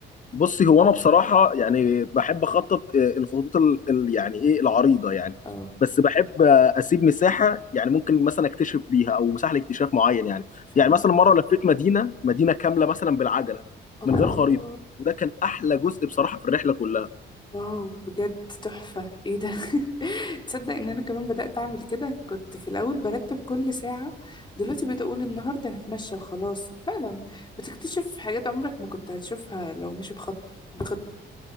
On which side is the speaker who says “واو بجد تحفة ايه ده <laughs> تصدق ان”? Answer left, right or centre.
Left